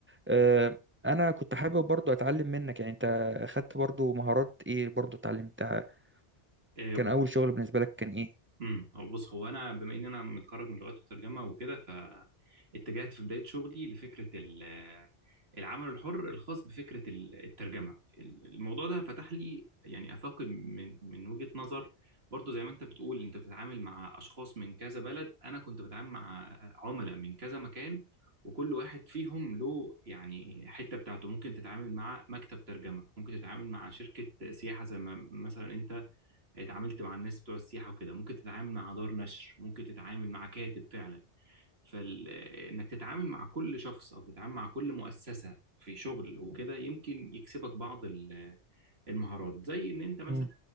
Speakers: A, on the right; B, on the right.
A: آه، انا كنت حابب برضو اتعلم منك يعني انت اخدت برضو مهارات ايه برضو اتعلمتها
B: امم.
A: كان اول شغل بالنسبه لك كان ايه
B: امم هو بص هو انا بما ان انا متخرج من لغات وترجمه وكده فاتجهت في بدايه شغلي لفكره ال- العمل الحر الخاص بفكره ال- الترجمه ال- الموضوع ده فتح لي يعني افاقي من من وجهه نظر برضو زي ما انت بتقول انت بتتعامل مع اشخاص من كذا بلد انا كنت بتعامل مع عملاء من كذا مكان وكل واحد فيهم له يعني حته بتاعته ممكن تتعامل مع مكتب ترجمه ممكن تتعامل مع شركه سياحه زي ما مثلا انت اتعاملت مع الناس بتوع السياحة وكده ممكن تتعامل مع دار نشر ممكن تتعامل مع كاتب فعلا فإنك تتعامل مع كل شخص أو تتعامل مع كل مؤسسة في شغل وكده يمكن يكسبك بعض ال- المهارات زي إن أنت مثلا
A: مم،